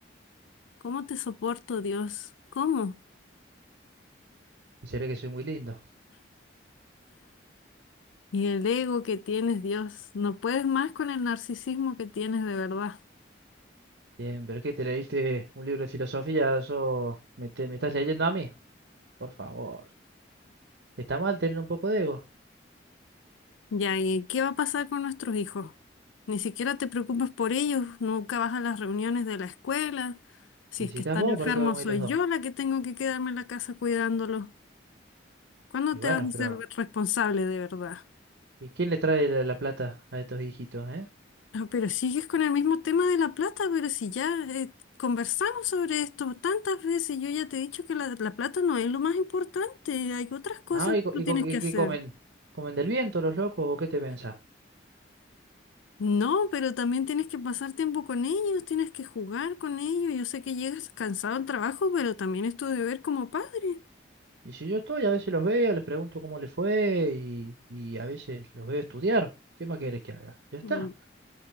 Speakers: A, on the left; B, on the right.
A: ¿Cómo te soporto, Dios? ¿Cómo?
B: ¿Y será que soy muy lindo?
A: Y el ego que tienes, Dios. No puedes más con el narcisismo que tienes de verdad.
B: Bien, pero ¿qué te leíste un libro de filosofía? ¿Eso me, te- me estás leyendo a mí? Por favor. Está mal tener un poco de ego.
A: Ya, ¿y qué va a pasar con nuestros hijos? Ni siquiera te preocupas por ellos, nunca vas a las reuniones de la escuela. Si
B: Y
A: es
B: si
A: que
B: estás
A: están
B: vos,
A: enfermos,
B: ¿para qué vamos a
A: soy
B: ir los dos?
A: yo la que tengo que quedarme en la casa cuidándolos. ¿Cuándo
B: Y
A: te
B: bueno,
A: vas a ser
B: pero
A: responsable de verdad?
B: ¿y quién le trae la, la plata a estos hijitos, eh?
A: Ah, Pero sigues con el mismo tema de la plata, pero si ya eh, conversamos sobre esto tantas veces, yo ya te he dicho que la, la plata no es lo más importante, hay otras cosas
B: Ah, ¿y,
A: que
B: co-
A: tú
B: y
A: tienes
B: co- y
A: que hacer.
B: qué comen? ¿Comen del viento los locos o qué te pensás?
A: No, pero también tienes que pasar tiempo con ellos, tienes que jugar con ellos. Yo sé que llegas cansado al trabajo, pero también es tu deber como padre.
B: Y si yo estoy, a veces los veo, les pregunto cómo les fue y, y a veces los veo estudiar. ¿Qué más querés que haga? Ya está.
A: Mm,